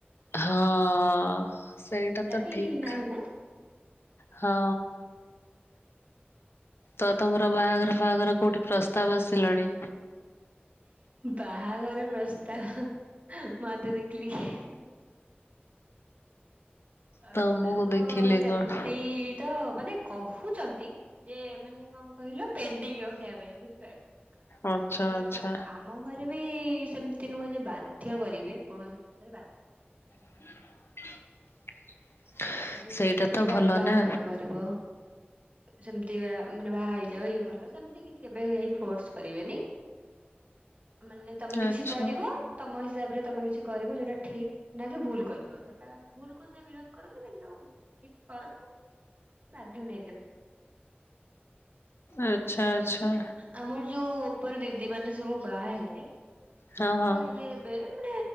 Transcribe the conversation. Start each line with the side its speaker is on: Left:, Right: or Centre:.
Left: ହଁ ସେଇଟା ତ
Right: ବି
Left: ଠିକ୍।
Right: ନାହିଁ ନା
Left: ହଁ। ତ ତମର ବାହାଘର ଫାହାଘର କୋଉଠି ପ୍ରସ୍ତାବ ଆସିଲାଣି?
Right: ବାହାଘର ପ୍ରସ୍ତାବ ମତେ ଦେଖିଲି କିଏ ପ୍ରସ୍ତାବ
Left: ତମକୁ ଦେଖିଲେ
Right: ସେମିତି
Left: କଣ?
Right: ତ ମାନେ କହୁଛନ୍ତି ଯେ ମାନେ କଣ କହିଲ ପେଣ୍ଡିଙ୍ଗ ରଖିବା ପାଇଁ। ବୁଝିପାରୁଚ କାହିଁକି
Left: ଆଚ୍ଛା
Right: ନା
Left: ଆଚ୍ଛା
Right: ଆ ମୋ ଘରେ ବି ସେମିତି ନୁହଁ ଯେ ବାଧ୍ୟ କରିବେ, କୌଣସି ଜିନିଷରେ ବାଧ୍ୟ କର
Left: <inaudible>
Right: ଯେ
Left: ସେଇଟା ତ
Right: ଏଇଟା
Left: ଭଲ
Right: ବାହାଘର
Left: ନା
Right: କରିବ। ସେମିତି ବା ମାନେ ବାହା ହେଇଯାଉ ଇଏ ଭଲ ସେମିତି କିଛି କେବେ କେହି ଫୋର୍ସ କରିବେନି। ମାନେ ତମେ କିଛି
Left: ଆଚ୍ଛା।
Right: କରିବ ତମ ହିସାବରେ ତମେ କିଛି କରିବ ଯୋଉଟା ଠିକ୍ ନା କି ଭୁଲ୍ କରିବ। ସେଇଟା ଭୁଲ କୁ ସେ ବିରୋଧ କର ମାନେ କିନ୍ତୁ ଠିକ୍ କରନ୍ତୁ। ବାଧ୍ୟ ନାହିଁ ସେମତି।
Left: ଆଚ୍ଛା ଆଚ୍ଛା।
Right: ଆମର ଯୋଉ ଉପର ଦିଦି ମାନେ ସବୁ ବାହା ହେଲେ,
Left: ହଁ
Right: ବାହା
Left: ହଁ
Right: ହେଲେ ଏବେ ମାନେ